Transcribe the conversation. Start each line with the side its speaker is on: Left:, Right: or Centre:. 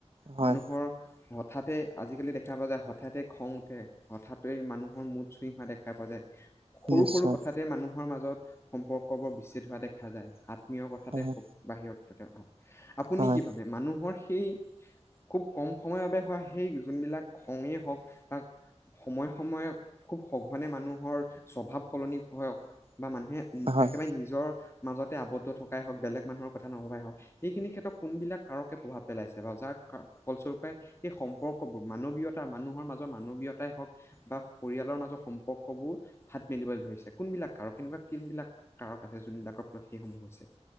Right: হয়
Left: মানুহৰ সঠাতে আজিকালি দেখ দেখা পোৱা যায় হঠাতে খং উঠে হঠাতে মানুহৰ মুঠ চুই হোৱা দেখা পোৱা যায়। সৰু
Right: নিশ্চয়
Left: সৰু কথাতে মানুহৰ মাজত সম্পৰ্ক বোৰ বিচ্ছেদ হোৱা দেখা যায়। আত্মীয় কথাতে
Right: হয়
Left: বাহিৰক তাকে ক আপুনি
Right: হয়
Left: কি ভাবে মানুহৰ সেই খুব কম সময়ৰ বাবে হোৱা সেই যোনবিলাক খঙে হওঁক বাক সময়ে সময়ে খুব সঘনে মানুহৰ স্বভাৱ সলনি হক বা মানুহে
Right: হয়
Left: একেবাৰে নিজৰ মাজতে আবদ্ধ থকাই হওক বেলেগ মানুহৰ কথা নভাবাই হওক সেইখিনি ক্ষ্ৰত কোনবিলাক কাৰে প্ৰভাৱ পেলাইছে বা যাৰ ফলস্বৰূপে এই সম্পৰ্কবোৰ মানৱীয়তা মানুহৰ মাজৰ মানৱীয়তাই হওক বা পৰিয়ালৰ মাজৰ সম্পৰ্কবোৰ ভাত মেলিবলৈ ধৰিছে কোনবিলাক কাৰক এনেকুৱা কোনবিলাক কাৰক আছে যোনবিলাকৰ ফলত সেইসমূহ হৈছে